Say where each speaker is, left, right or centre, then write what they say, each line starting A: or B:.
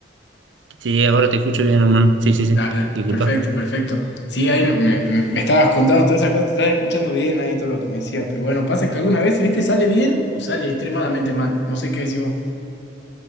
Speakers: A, on the right (about 85°); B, on the left (about 70°).
A: Sí, ahora te escucho bien, hermano. Sí, sí, sí.
B: Dale,
A: Disculpa.
B: perfecto, perfecto. Sí, ahí me, me- me estabas contando todas esas cosas, te estabas escuchando bien ahí todo lo que me decías, pero bueno, pasa que alguna vez, ¿viste? Sale bien o sale extremadamente mal. No sé qué decís vos.